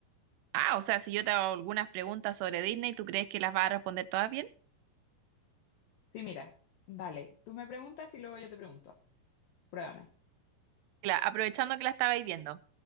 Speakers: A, on the right; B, on the left.
A: Ah, o sea, si yo te hago algunas preguntas sobre Disney, ¿tú crees que las vas a responder todas bien?
B: Sí, mira, dale, tú me preguntas y luego yo te pregunto. Pruébame.
A: Cla- aprovechando que la estabais viendo.